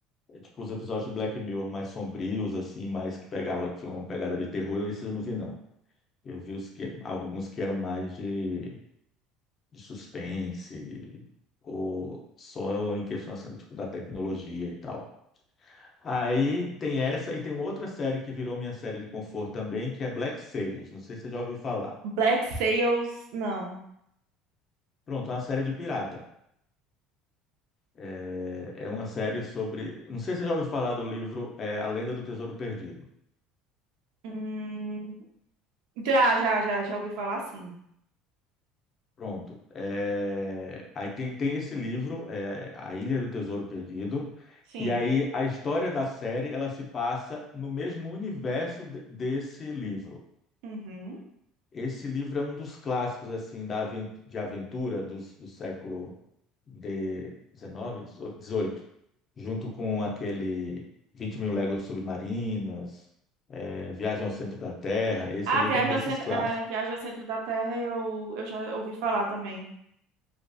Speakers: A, on the left; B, on the right.
A: É, tipo, os episódios de Black Mirror mais sombrios, assim, mais que pegava, tinha uma pegada de terror, esses eu não vi, não. Eu vi os que, alguns que eram mais de, de suspense, ou só em questão, assim, tipo, da tecnologia e tal. Aí tem essa e tem uma outra série que virou minha série de conforto também, que é Black Sails. Não sei se você já ouviu falar.
B: Black Sails, não.
A: Pronto, é uma série de pirata. É, é uma série sobre. Não sei se você já ouviu falar do livro é, A Lenda do Tesouro Perdido.
B: Hum, já, já, já, já ouvi falar sim.
A: Pronto. É, Aí tem, tem esse livro, é, A Ilha do Tesouro Perdido,
B: Sim.
A: e aí a história da série ela se passa no mesmo universo de- desse livro.
B: Uhum.
A: Esse livro é um dos clássicos assim da aven- de aventura dos- do século de 19, 18, junto com aquele 20 mil léguas submarinas, é, Viagem ao Centro da Terra. Esse
B: Ah,
A: livro
B: Viagem
A: é um desses
B: ao Centro,
A: clássicos.
B: é, Viagem ao Centro da Terra eu, eu já ouvi falar também.